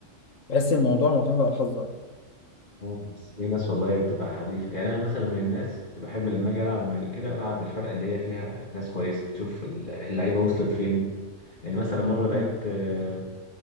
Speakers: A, on the left (about 80°); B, on the left (about 40°).
A: بحس الموضوع معتمد على الحظ اكتر
B: اه بس في ناس والله بتبقى حريفة يعني أنا مثلا من الناس اللي بحب لما أجي ألعب من كده ألعب بالفرق اللي هي فيها ناس كويسة أشوف ال- اللعيبة وصلت فين يعني مثلا مرة لعبت
A: مم.
B: آه،